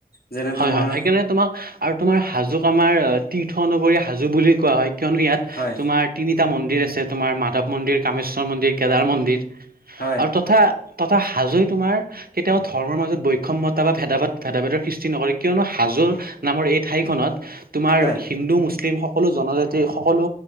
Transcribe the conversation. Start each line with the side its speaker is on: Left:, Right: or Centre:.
Left: যেনে
Right: হয়
Left: তোমাৰ
Right: হয় সেইকাৰণে তোমাক আৰু তোমাৰ হাজোক আমাৰ তীৰ্থ নগৰি হাজো বুলি কোৱা হয় কিয়নো ইয়াত
Left: হয়
Right: তোমাৰ তিনিটা মন্দিৰ আছে তোমাৰ মাধৱ মন্দিৰ কামেশ্বৰ মন্দিৰ কেদাৰ মন্দিৰ
Left: হয়
Right: আৰু তথা হাজোই তোমাৰ কেতিয়াও ধৰ্মৰ মাজত বৈষম্যতা বা ভেদাভেদ ভেদা ভেদাৰ সৃ সৃষ্টি নকৰে কিয়নো হাজোৰ নামৰ এই ঠাইখনত তোমাৰ
Left: হয়
Right: হিন্দু মুছলিম সকলো জনজাতীয় যি সকলো